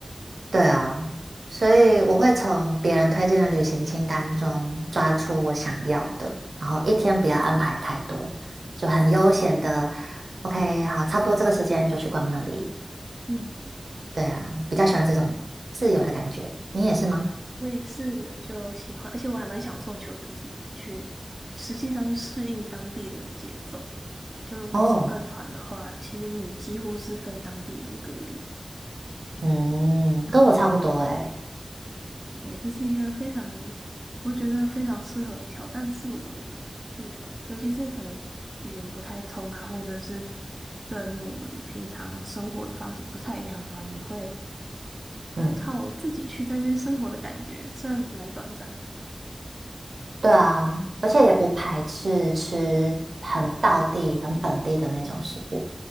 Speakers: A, on the right (about 85°); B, on the right (about 25°).
A: 对啊，所以我会从别人推荐的旅行清单中抓出我想要的，然后一天不要安排太多，就很悠闲的。OK，好，差不多这个时间就去逛那里。
B: 嗯，
A: 对啊，比较喜欢这种自由的感觉。你也是吗？
B: 我也是，就喜欢，而且我还蛮享受求自己去实际上去适应当地的节奏。就如果是跟团的话，
A: 哦，
B: 其实你几乎是跟当地人隔离的。
A: 嗯，跟我差不多诶。
B: 对，这是一个非常，我觉得非常适合挑战自我的地方，尤其是可能语言不太通啊，或者是跟我们平常生活的方式不太一样的话，你会
A: 嗯。
B: 靠自己去在那边生活的感觉，虽然蛮短暂的。
A: 对啊，而且也不排斥吃很道地、很本地的那种食物，